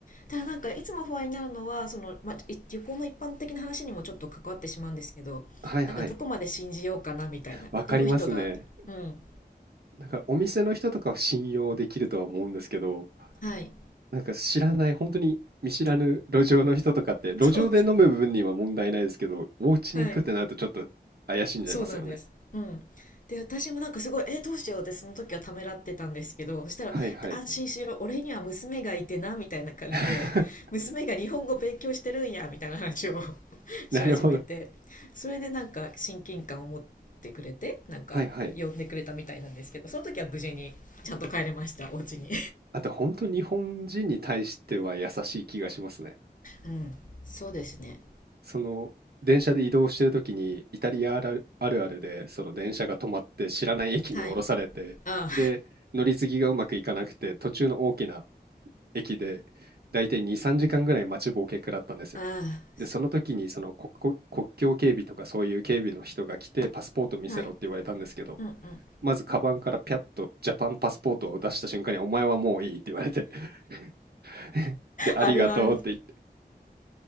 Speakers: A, on the left; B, on the right.
A: ただなんかいつも不安になるのはその、まあ、い旅行の一般的な話にもちょっと関わってしまうんですけどなんかどこまで信じようかなみたいなどの人がうん
B: はいはい。わかりますね。なんかお店の人とかは信用できるとは思うんですけど、
A: はい
B: なんか知らない、本当に見知らぬ路上の人とかって、路上で飲む分には問題ないですけど、
A: そうそ
B: お家に行くってなるとちょっと怪しんじゃいますよね。
A: うはいそうなんです。うん。で、私もなんかすごい、えー、どうしようってその時はためらってたんですけど、そしたら、
B: はいはい。
A: 安心しろ、俺には娘がいてな、みたいな感じで、
B: <laughs>
A: <laughs> 娘が日本語勉強してるんや、みたいな話を <laughs> し始めて、
B: なるほど。
A: それでなんか親近感を持ってくれて、なんか呼んでくれたみたいなんですけど、
B: はいはい。
A: その時は無事にちゃんと帰れました、お家に。
B: あと本当日本人に対しては優しい気がしますね。
A: うん。そうですね。
B: その電車で移動してる時にイタリアあるあるあるでその電車が止まって知らない駅に降ろされてで乗り継ぎがうまくいかなくて途中の大きな
A: はい。あ
B: 駅で大体2、3時間ぐらい待ちぼうけ食らったんですよ。
A: あ、あ
B: でその時にその国国境警備とかそういう警備の人が来てパスポート見せろって言われたんですけど
A: あ、はい。うんうん。
B: まずカバンからピャッとジャパンパスポートを出した瞬間にお前はもういいって言われて <laughs> でありがとうって言っ
A: あるある。